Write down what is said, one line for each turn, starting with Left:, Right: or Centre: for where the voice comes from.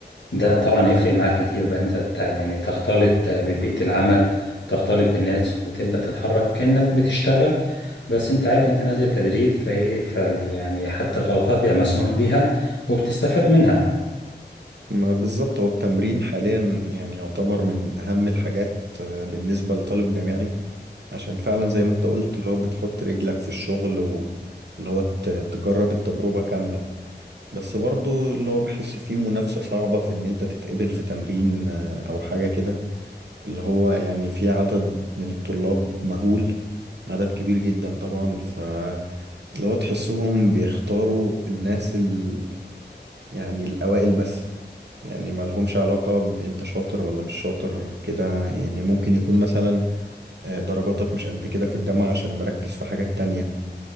Left: ده طبعا هيفرق معاك كتير بقى انت تع- يعني تختلط ببيئة العمل تختلط بالناس وتبدأ تتحرك كأنك بتشتغل بس انت عارف انت نازل تدريب فايه فال يعني حتى الغلطات بيبقى مسموح بيها وبتستفاد منها
Right: ما بالظبط هو التمرين حاليا يعني يعتبر من أهم الحاجات آه، بالنسبة لطالب جامعي عشان فعلا زي ما أنت قلت اللي هو بتحط رجلك في الشغل واللي هو ت- تجرب التجربة كاملة بس برضو اللي هو بحس فيه منافسة صعبة في إن أنت تتقبل في تمرين آه، أو حاجة كده اللي هو يعني في عدد من الطلاب مهول عدد كبير جدا طبعا فلو تحسهم بيختاروا الناس ال... يعني الأوائل بس يعني ما لهمش علاقة بأنت شاطر ولا مش شاطر كده يعني ممكن يكون مثلا آه، درجاتك مش قد كده في الجامعة عشان مركز في حاجات تانية